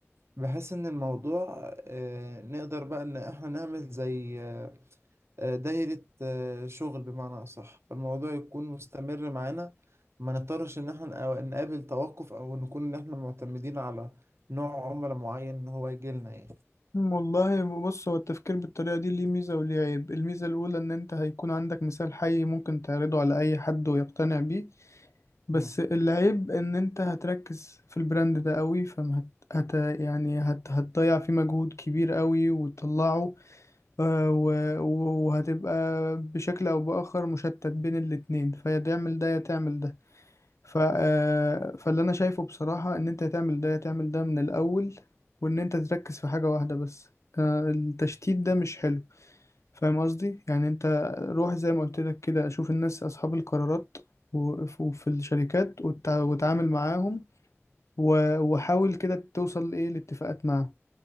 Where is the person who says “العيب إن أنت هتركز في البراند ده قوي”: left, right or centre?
Left